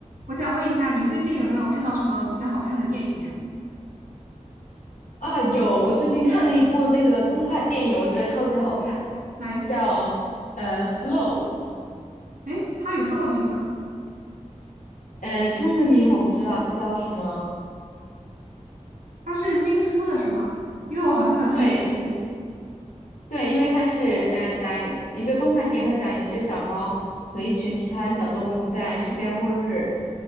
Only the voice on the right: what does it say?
我想问一下，你最近有没有看到什么比较好看的电影呀？
哪一部？
诶，它有中文名吗？
它是新出的是吗？因为我好像没有听过这部电影。